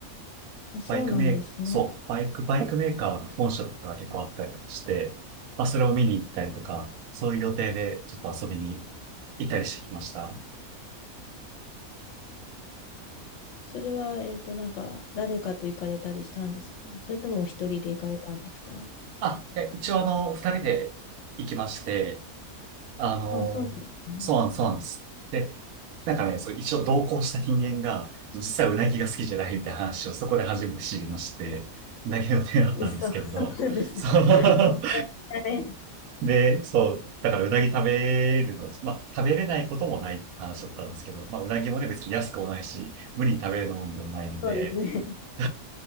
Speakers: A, on the left; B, on the right.
A: あ、そうなんですね。
B: バイクメー、そう、バイク、バイクメーカーの本社とかが結構あったりとかして、まあ、それを見に行ったりとか、そういう予定でちょっと遊びに行ったりしてきました。
A: それは、えっと、なんか、誰かと行かれたりしたんですかそれともお一人で行かれたんですか
B: あ、いや、一応あの、二人で行きまして、あの、
A: あ、そうなんですね。
B: そうなん、そうなんです。で、なんかね、そう、一応同行した人間が、実はうなぎが好きじゃないみたいな話をそこで初めて知りまして、うなぎの手だったんですけれど、
A: 嘘、そうなんですか。
B: そう。
A: もったいない。
B: で、そう、だからうなぎ食べるの、まあ、食べれないこともないって話だったんですけど、まあ、うなぎもね、別に安くもないし、無理に食べるものでもないので、
A: そうですね。うん
B: <laughs>